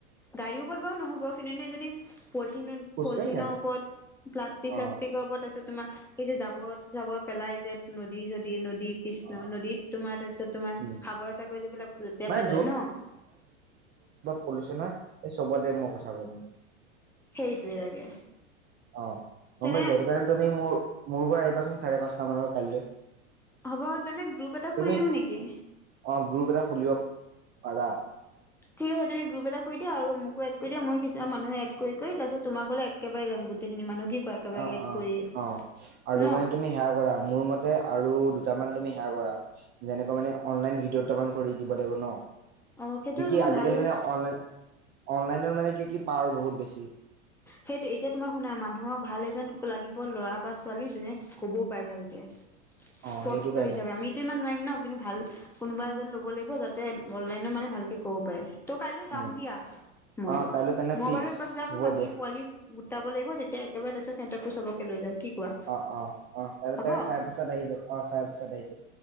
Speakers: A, in the centre; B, on the right.
A: গাড়ীৰ ওপৰত বাৰু নহ'ব, কিন্তু এনে যদি পলথিনত
B: খোজকাঢ়ি
A: পলিথিনৰ
B: যাম
A: ওপৰত প্লাষ্টিক
B: অ
A: চাষ্টিকৰ ওপৰত তাৰপিছত তোমাৰ এই যে জাৱৰত জাবৰ পেলাই যে, নদী চদী নদী কৃষ্ণ
B: অ
A: নদীত তোমাৰ তা পিছত তোমাৰ
B: উম
A: সাগৰ চাগৰ যিবিলাক লেতেৰা
B: মানে
A: পেলাই ন।
B: পলিউশ্যনে, এ চবতে মই কথা ক'ম।
A: সেইটোৱে লাগে
B: অ' গম
A: তেনে
B: পাইছো, সেইটো কাৰণে তুমি মোৰ মোৰ ঘৰ আহিবাচোন, চাৰে পাঁচটা মানৰ কাইলৈ।
A: হ'ব তেনে গ্ৰুপ এটা
B: তুমি
A: কৰি দিও নেকি?
B: অ' গ্ৰুপ এটা খুলিব পাৰা।
A: ঠিক আছে তুম গ্ৰুপ এটা কৰি দিয়া, আৰু মোকো এড কৰি দিয়া মই কিছুমান মানু মানে এড কৰি কৰি তাৰিছত তোমাকো একে একেবাৰে যাম, গোটেইখিনি মানুহ কি কোৱা একেবাৰে
B: অ',
A: এড
B: অ',
A: কৰিয়ে
B: অ', আৰু
A: ন
B: মানে তুমি সেয়া কৰা, মোৰ মতে আৰু দুটামান তুমি হেয়া কৰা যেনেকুৱা মানে অনলাইন ভিডিঅ' দুটামান কৰি দিব লাগিব ন।
A: অ সেইটো
B: কি কি
A: তোমাৰ
B: আজিকালি
A: ভাল
B: মানে অনলাইন অনলাইনৰ মানে কি কি পাৱাৰ বহুত বেছি।
A: সেইটো এতিয়া তোমাৰ শুনা মানুহক ভাল এজন লাগিব ল'ৰা বা ছোৱালী যোনে কবও পাৰে ভালকে।
B: অ
A: স্পষ্ট
B: সেইটো কাৰণে
A: হিচাপে আমিতো ইমান নোৱাৰিম ন কিন্তু ভাল কোনোবা যেন ল'ব লাগিব যাতে অনলাইন মানে ভালকে ক'ব পাৰে। ত' কাইলৈ যাম
B: উম
A: দিয়া। মই
B: অ কাইলৈ তেনে
A: মই
B: ফিক্স
A: বাৰু এপাক যাম।
B: হ'ব দিয়া
A: কি পোৱালি গটাব লাগিব যেতিয়া একেবাৰোৰপিছতিহঁতকো চবকে লৈ যাম। কি কোৱা?
B: অ' অ 'অ 'তা তাতে
A: হ'ব
B: চাৰে পাচতা আহি যাবা অ চাৰে পাচতা। <unintelligible>